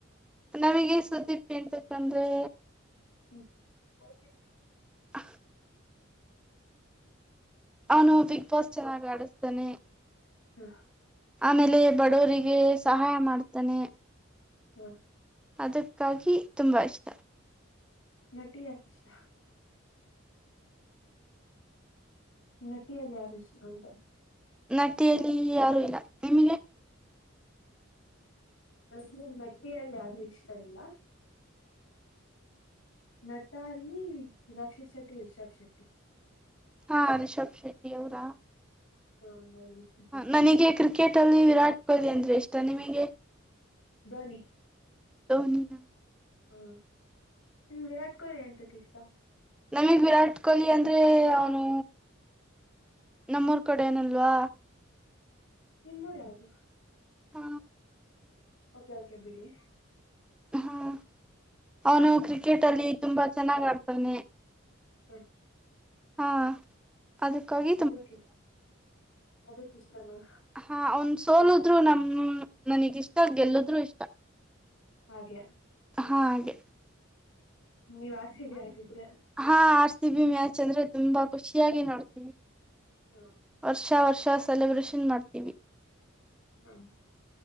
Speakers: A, in the centre; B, on the left.
A: ನಮ್ಗೆ ಸುದೀಪ್ ಎಂತಂಕಂದ್ರೆ
B: ಹೂ
A: ಹಾ ಅವ್ನು ಬಿಗ್ ಬಾಸ್ ಚೆನ್ನಾಗಿ್ ಆಡಿಸ್ತೇನೆ
B: ಹ
A: ಆಮೇಲೆ ಬಡವರಿಗೆ ಸಹಾಯ ಮಾಡ್ತಾನೆ
B: ಹ
A: ಅದಕ್ಕಾಗಿ ತುಂಬಾ ಇಷ್ಟ
B: ನಟಿಿಯಕ ಇಷ್ಟ ನಟಿಯಲ್ ಯಾರ್ ಇಷ್ಟ ಅಂತ.
A: ನಟಿಯಲ್ಲಿ ಯಾರು ಇಲ್ಲ ನಿಮಿಗೆ.
B: ನಂಗು ನಟಿಯಲ್ ಯಾರು ಇಷ್ಟ ಇಲ್ಲ. ನಟ ಅಲ್ಲಿ ರಕ್ಷಿತ್ ಶೆಟ್ಟಿ ರಿಷಬ್ ಶೆಟ್ಟಿ.
A: ಹಾ ರಿಷಬ್ ಶೆಟ್ಟಿ ಅವ್ರಾ.
B: ಹಾ ಅವ್ರ್ ಇಷ್ಟ.
A: ನನಿಗೆ ಕ್ರಿಕೆಟ್ ಅಲ್ಲಿ ವಿರಾಟ್ ಕೊಹ್ಲಿ ಅಂದ್ರೆ ಇಷ್ಟ ನಿಮಿಗೆ.
B: ಧೋನಿ.
A: ಧೋನಿ ನ.
B: ಹಾ ನಿಮ್ ವಿರಾಟ್ ಕೊಹ್ಲಿ ಎಂತಕ್ ಇಷ್ಟ.
A: ನಮಗ್ ವಿರಾಟ್ ಕೊಹ್ಲಿ ಅಂದ್ರೆ ಅವ್ನು ನಮ್ಮೂರ್ ಕಡೆ ಅವ್ನ್ ಅಲ್ವಾ.
B: ನಿಮ್ ಊರ್ ಯಾವ್ದು
A: ಹ
B: ಓಕೆ ಓಕೆ ಬಿಡಿ.
A: ಹ್ಮ ಅವನು ಕ್ರಿಕೆಟ್ ಅಲ್ಲಿ ತುಂಬಾ ಚೆನ್ನಾಗ ಆಡ್ತಾನೆ.
B: ಹಾ.
A: ಹಾ. ಅದಕಾಗಿ
B: ಅದಕಿಸ್ಟ್ ಅದಕಿಸ್ಟಾನಾ.
A: ಹಾ ಅವ್ನ್ ಸೋಲುದ್ರು ನಮ್ ನನಿಗ್ ಇಷ್ಟ ಗೆಲ್ಲುದ್ರು ಇಷ್ಟ.
B: ಹಾಗೆ.
A: ಹಾ ಹಾಗೆ.
B: ನೀವ್ ಆರ್ಸಿಬಿ ಹಾಗಿದ್ರೆ.
A: ಹಾ ಆರ್ಸಿಬಿ ಮ್ಯಾಚ್ ಅಂದ್ರೆ ತುಂಬಾ ಖುಷಿಯಾಗಿ ನೋಡ್ತಿನಿ.
B: ಹಾ.
A: ವರ್ಷ ವರ್ಷ ಸೆಲೆಬ್ರೇಷನ್ ಮಾಡ್ತೀವಿ.
B: ಹ್ಮ